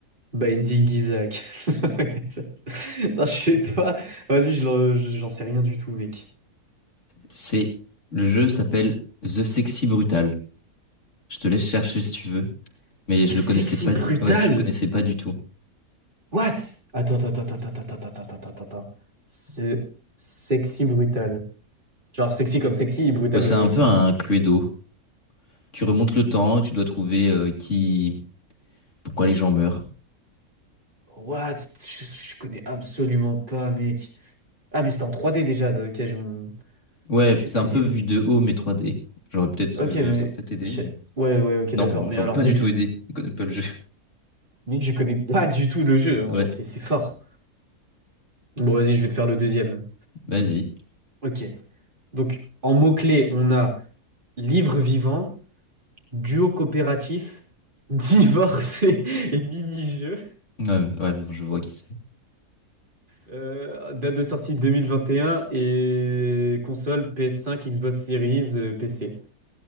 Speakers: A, on the right (about 35°); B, on the left (about 55°).
A: Binding Isaac. <laughs> Non, je sais pas. Vas-y, je l'en- je- j'en sais rien du tout, mec.
B: C'est. Le jeu s'appelle The Sexy Brutal. Je te laisse chercher si tu veux. Mais
A: Ce
B: je
A: sexy
B: le connaissais pas,
A: brutal.
B: di- ouais, je connaissais pas du tout.
A: What? Attends, attends, attends, attends, attends, attends, attends, attends, attends. attends. Ce sexy brutal. Genre sexy comme sexy brutal.
B: Ouais, c'est
A: euh,
B: un peu un Cluedo. Tu remontes le temps, et tu dois trouver euh, qui. Pourquoi les gens meurent.
A: What? Je, je connais absolument pas, mec. Ah, mais c'était en 3D déjà. de- Ok, je...
B: Ouais,
A: Je
B: c'est
A: connais.
B: un peu vu de haut, mais 3D. J'aurais peut-être.
A: Ok,
B: euh,
A: mais.
B: ça aurait peut-être aidé,
A: je-
B: mais.
A: Ouais, ouais, ok,
B: Non,
A: d'accord. Mais
B: ils
A: alors,
B: ont pas
A: mec,
B: du
A: je.
B: tout aidé. Ils connaissent pas le jeu.
A: Mec, je connais pas du tout le jeu. hein.
B: Ouais,
A: Genre, c'est c'est fort. Bon, vas-y, je vais te faire le deuxième.
B: vas-y.
A: Ok. Donc, en mots-clés, on a livre vivant, duo coopératif, divorce et, <laughs> et mini-jeu.
B: Ouais, ouais, bon, je vois qui c'est.
A: Euh, date de sortie 2021 et un et console PS5, Xbox Series, euh, PC.